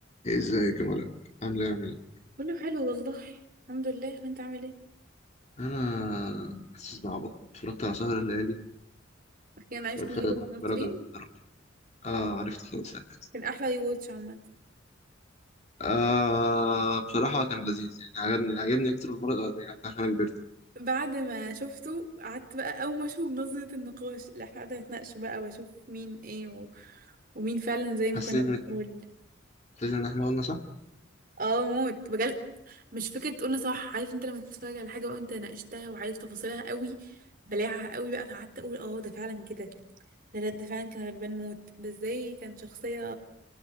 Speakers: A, on the left; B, on the right.
A: ازيك يا ملك عامل ايه يا ملك
B: كله حلو والله الحمد لله وانت عامل ايه
A: انا حاسس بعبط اتفرجت على سهر الليالي
B: اخيرا عرفت
A: واتفرجت
B: مي من الممثلين
A: بقى درجة محترمة اه عرفت خلاص عرفت
B: كان احلى ريواتش عامه
A: آه بصراحة كان لذيذ يعني عجبني عجبني أكتر من المرة الأولانية يعني عشان أنا كبرت
B: بعد ما شفته قعدت بقى اول ما اشوف نظره النقاش اللي احنا قعدنا نتناقش بقى واشوف مين ايه و... ومين فعلا زي ما
A: حسيت
B: كنا بنقول
A: إن كان لازم إن إحنا قلنا صح؟
B: اه موت بجد مش فكره تقولنا صح عارف انت لما تتفرج على حاجه بقى وانت ناقشتها وعارف تفاصيلها قوي بلاعها قوي بقى فقعدت اقول اه ده فعلا كده لا لا ده فعلا كان غلبان موت ده ازاي كان شخصيه